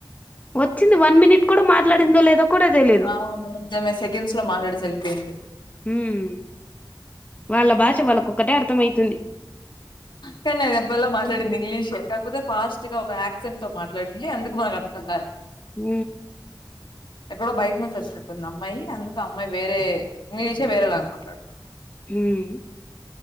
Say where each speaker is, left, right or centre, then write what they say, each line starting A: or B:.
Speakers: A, on the left; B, on the left.
A: వచ్చింది వన్ మినిట్ కూడా మాట్లాడిందో లేదో కూడా తెలీదు
B: అవును నిజమే సెకండ్స్ లో మాట్లాడేసి వెళ్ళిపోయింది
A: ఉమ్, వాళ్ళ భాష వాళ్ళక ఒకటే అర్థం అయితుంది
B: కానీ అది ఎప్పలా మాట్లాడింది ఇంగ్లీషే కాకపోతే ఫాస్ట్ గా ఒక యాక్సెంట్ తో మాట్లాడింది అందుకు మనకు అర్థం కాదు
A: హ
B: ఇక్క బయట నుంచి వచ్చినట్టుంది అమ్మాయి, అందుకు అమ్మాయి వేరే ఇంగ్లీషే వేరేలాగా మాట్లాడతాం
A: మ్